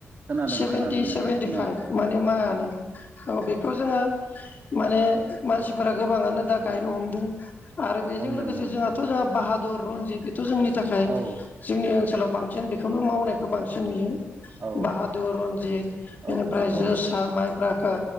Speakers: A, on the right; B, on the left.
A: खोनादों
B: सेभेनटि
A: खोनादों नोंथां
B: सेभेनटि
A: खोनादों
B: फाइभ माने माइआ नो औ बेखौ जोङो माने मानसिफोरा गोबाङानो दा गायनो हमदों आरो बेजों
A: हमदों
B: लोगोसे
A: हमदों
B: जोंहा बाहादुर, रनजित बोथ' जोंनि थाखाय
A: औ
B: जोंनि ओनसोलाव बांसिन बेखौनो मावनायखौ बांसिन नुयो
A: औ
B: बाहादुर, रनजित
A: औ
B: बेनिफ्राय जोसा,
A: औ
B: माइब्राखो